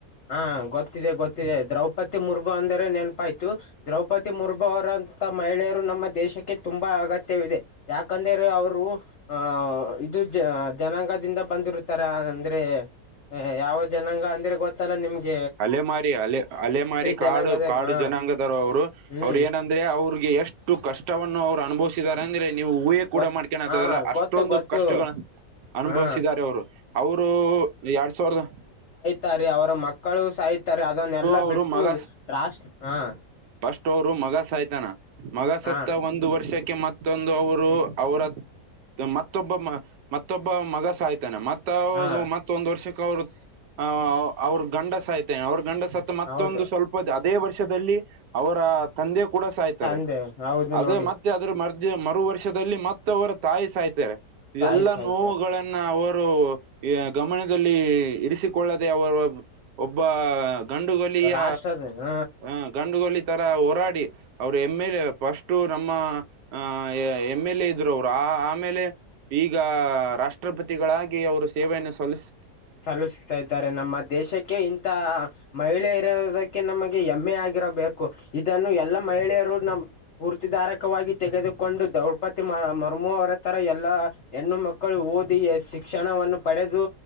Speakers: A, on the left; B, on the right.
A: ಹಾ ಗೊತ್ತಿದೆ ಗೊತ್ತಿದೆ ದ್ರೌಪದಿ ಮುರ್ಮು ಅಂದರೆ ನೆನಪಾಯ್ತು ದ್ರೌಪದಿ ಮುರ್ಮು ಅವರಂತ ಮಹಿಳೆಯರು ನಮ್ಮ ದೇಶಕ್ಕೆ ತುಂಬಾ ಅಗತ್ಯವಿದೆ. ಯಾಕಂದ್ರ ಅವರು ಅಹ ಇದು ಜನಾಂಗದಿಂದ ಬಂದಿರುತ್ತಾರೆ ಅಂದ್ರೆ ಹೇ ಹೇ ಯಾವ ಜನಾಂಗ ಅಂದ್ರೆ ಗೊತ್ತ ತ್ತಲ್ಲ ನಿಮ್ಗೆ?
B: ಅಲೆಮಾರಿ ಅಲೆ ಅಲೆಮಾರಿ ಕಾಡು
A: ಜನಾಂಗ ಅದ
B: ಕಾಡು
A: ಹ
B: ಜನಾಂಗದಾರ ಅವ್ರು
A: ಹ್ಮ್
B: ಅವ್ರು ಏನಂದ ಅವರಿಗೆ ಎಷ್ಟು ಕಷ್ಟವನ್ನು ಅವರು ಅನುಭವಸ್ತ್ ಸಿದ್ದರೆ ಅಂದ್ರೆ ನೀವು ಊಹೆ ಕೂಡ
A: ಗೊತ್
B: ಮಾಡ್ಕಗಲ್ಲ
A: ಹಾ
B: ಅಷ್ಟೊಂದು
A: ಗೊತ್ತು ಗೊತ್ತು
B: ಕಷ್ಟಗಳನ್ನು ಅನುಭವಸಿದಿದ್ದಾರೆ
A: ಹಾ
B: ಅವರು ಅವರು ಎರಡ್ ಸಾವರದ
A: ತಾರೆ ಅವರ ಮಕ್ಕಳು ಸಾಯತಾರೆ ಅದನ್ನೆಲ್ಲಾ
B: ಅವರು
A: ಬಿಟ್ಟು
B: ಮಗ
A: ರಾಷ್ಟ್ರಿ ಹ್ಮ್
B: ಫಸ್ಟ್ ಅವರು ಮಗ ಸಾಯ್ತಾನ ಮಗ ಸತ್ತ
A: ಹಾ
B: ಒಂದು ವರ್ಷಕ್ಕೆ ಕೆ ಮತ್ತೊಂದು ಅವರು ಅವರ ಮತ್ತೊಬ್ಬ ಮತ್ತೊಬ್ಬ ಮಗ ಸಾಯ್ತಾನೆ ಮತ್
A: ಹಾ
B: ಮತ್ತೊಂದ್ ವರ್ಷಕ್ಕೆ ಅವರು ಅ ಅವ್ರು ಗಂಡಸ ಸಾಯ್ತೆನೆ ಅವ್ರ ಗಂಡಸ ಮತ್ತೊಂದು
A: ಹೌದು
B: ಸ್ವಲ್ಪ ಅದೇ ವರ್ಷದಲ್ಲಿ ಅವರ ತಂದೆ ಕೂಡ ಸಾಯ್ತಾರೆ.
A: ತಂದೆ ಹೌದು
B: ಅದೇ
A: ನೋಡಿ
B: ಮತ್ತೆ ಮತ್ತೆ ಅದ್ರ ಮರ್ ಮರು ವರ್ಷದಲ್ಲಿ ಮತ್ತ ಅವರ ತಾಯಿ ಸಾಯ್ತಾರೆ
A: ತಾಯಿ
B: ಎಲ್ಲಾ
A: ಸಾಯ್ತಾರೆ
B: ನೋವುಗಳ ಅವರು ಗಮನದಲ್ಲಿ ಇರಿಸಿಕೊಳ್ಳದೆ ಅವರ ಒಬ್ಬ ಗಂಡುಗೊಲಿಯ
A: ರಾಷ್ಟ್ರದ ಹ
B: ಹ ಗಂಡುಗೊಲಿ ತರ ಹೋರಾಡಿ. ಅವರು ಎಮ್ ಎಲ್ ಎ ಫಸ್ಟು ನಮ್ಮ ಅಹ ಎಮ್ ಎಲ್ ಎ ಇದ್ರು ಅವ್ರು ಆ ಆಮೇಲೆ. ಈಗ ರಾಷ್ಟ್ರಪತಿಗಳಾಗಿ ಅವರು ಸೇವೆಯನ್ನು ಸಲ್ಲಿಸ
A: ಸಲ್ಲಿಸುತ್ತಾ ಇದ್ದಾರೆ ನಮ್ಮ ದೇಶಕ್ಕೆ ಇಂತಹಾ - ಮಹಿಳೆ ಇರೋದಕ್ಕೆ ನಮಗೆ ಹೆಮ್ಮೆ ಆಗಿರಬೇಕು ಇದನ್ನು ಎಲ್ಲಾ ಮಹಿಳೆಯರು ನಮ ಸ್ಫೂರ್ತಿದಾರಕವಾಗಿ ತೆಗೆದುಕೊಂಡು ದ್ರೌಪದಿ ಮ ಮರ್ಮು ಅವರ ತರ ಎಲ್ಲಾ ಹೆಣ್ಣು ಮಕ್ಕಳು ಓದಿ ಶಿಕ್ಷಣವನ್ನು ಪಡೆದು.